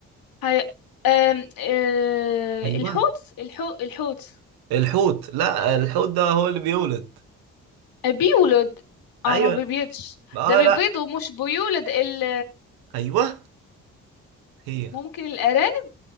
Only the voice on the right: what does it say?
أيوه
الحوت لا الحوت ده هو اللي بيولد
أيوه
آه
لا
أيوه هي